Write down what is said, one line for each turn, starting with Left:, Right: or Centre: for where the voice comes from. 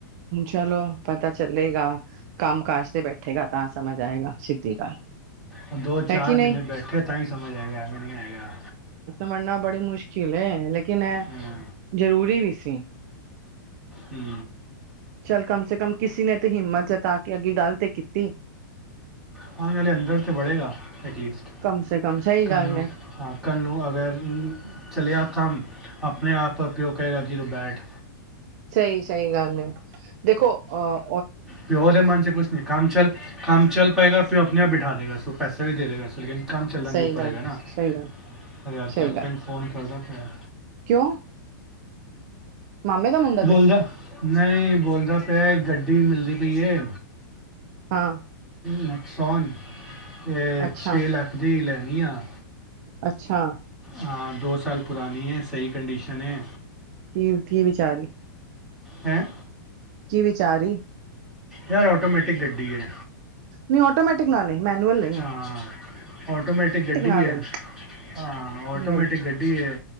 Right: ਚਲੋ ਪਤਾ ਚੱਲੇਗਾ। ਕੰਮ ਕਾਜ ਤੇ ਬੈਠੇਗਾ ਤਾਂ ਸਮਝ ਆਏਗਾ ਗੱਲ
Centre: ਹੂੰ। ਦੋ-ਚਾਰ
Right: ਹੈ ਕਿ ਨਹੀਂ
Centre: ਮਹੀਨੇ ਬੈਠੇ ਤਾਂ ਹੀ ਸਮਝ ਆਏਗਾ ਐਵੇਂ ਨੀ ਆਏਗਾ।
Right: ਪੜ੍ਹਨਾ ਬੜੀ ਮੁਸ਼ਕਿਲ ਏ ਲੇਕਿਨ ਇਹ
Centre: ਹਾਂ
Right: ਜ਼ਰੂਰੀ ਵੀ ਸੀ
Centre: ਹੂੰ।
Right: ਚੱਲ ਕਮ ਸੇ ਕਮ ਕਿਸੇ ਨੇ ਤੇ ਹਿੰਮਤ ਜਤਾ ਕੇ ਅੱਗੇ ਗੱਲ ਤੇ ਕੀਤੀ।
Centre: ਖਾਨ ਵੇਲੇ ਅੰਦਰ ਤੇ ਵੜੇਗਾ। ਐਟਲੀਸਟ
Right: ਕਮ ਸੇ ਕਮ ਸਹੀ
Centre: ਕਲ
Right: ਗੱਲ
Centre: ਨੂੰ
Right: ਹੈ
Centre: ਹਾਂ ਕਲ ਨੂੰ ਅਗਰ ਚਲਿਆ ਕੰਮ ਆਪਣੇ-ਆਪ ਪਿਓ ਕ‌ਏਗਾ ਕੀ ਤੂੰ ਬੈਠ।
Right: ਸਈ-ਸ‌ਈ ਗੱਲ ਏ। ਦੇਖੋ ਅਹ-
Centre: ਪਿਓ ਦੇ ਮਨ 'ਚ ਕੁਛ ਨੀ, ਕੰਮ ਚੱਲ- ਕਮ ਚੱਲ ਪਏਗਾ, ਪਿਓ ਆਪਣੇ ਆਪ ਬਿਠਾ ਦੇਗਾ, ਸੋ ਪੈਸੇ ਵੀ ਦੇਗਾ। ਸੋ- ਕੰਮ ਚੱਲਣ
Right: ਸਹੀ
Centre: ਦੇ ਉੱਪਰ
Right: ਗੱਲ
Centre: ਹੈਗਾ ਨਾ।
Right: ਸਹੀ ਗੱਲ
Centre: ਆ ਯਾਰ
Right: ਸਹੀ
Centre: ਕੈਪਟੇਨ
Right: ਗੱਲ
Centre: ਫੋਨ ਕਰਦਾ ਪਿਆ।
Right: ਕਿਉਂ? ਮਾਮੇ ਦਾ ਮੁੰ
Centre: <unintelligible> ਨਈ ਬੋਲਦਾ ਪਿਐ। ਗੱਡੀ ਮਿਲਦੀ ਪਈ ਏ।
Right: ਹਾਂ।
Centre: ਨੈਕਸੋਨ ਤੇ
Right: ਅੱਛਾ
Centre: ਛੇ ਲੱਖ ਦੀ ਲੈਣੀ ਆ।
Right: ਅੱਛਾ।
Centre: ਹਾਂ ਦੋ ਸਾਲ ਪੁਰਾਣੀ ਏ। ਸ‌ਈ ਕੰਡੀਸ਼ਨ ਏ।
Right: ਕੀ-ਕੀ ਵਿਚਾਰੀ
Centre: ਹੈਂ।
Right: ਕੀ ਵਿਚਾਰੀ?
Centre: ਯਾਰ ਆਟੋਮੈਟਿਕ ਗੱਡੀ ਏ।
Right: ਨਹੀਂ ਆਟੋਮੈਟਿਕ ਨਾ ਲਈ ਮੈਨੂਅਲ ਲਈ
Centre: ਹਾਂ ਆਟੋਮੈਟਿਕ ਗੱਡੀ
Right: ਨਾ
Centre: ਏ।
Right: ਲਈ
Centre: ਹਾਂ। ਆਟੋਮੈਟਿਕ
Right: ਨਹੀਂ
Centre: ਗੱਡੀ ਏ।